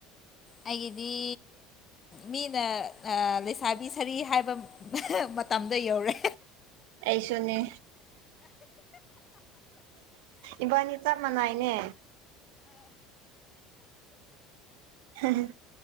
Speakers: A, on the left; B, on the right.
A: ꯑꯩꯒꯤꯗꯤ ꯃꯤꯅ ꯂꯩꯁꯥꯕꯤ ꯁꯔꯤ ꯍꯥꯏꯕ ꯃꯇꯝꯗ ꯌꯧꯔꯦ
B: ꯑꯩꯁꯨꯅꯤ ꯏꯕꯥꯅꯤ ꯆꯞ ꯃꯥꯟꯅꯏꯅꯦ ꯍꯝ